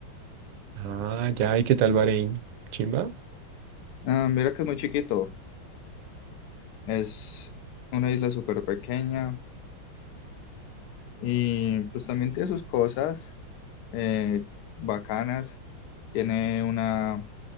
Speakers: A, on the right (about 75°); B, on the left (about 70°).
A: ah, ya, ¿y qué tal Bahrein? ¿Chimba?
B: Ah, mira que es muy chiquito, es una isla súper pequeña y pues también tiene sus cosas eh, bacanas, tiene una...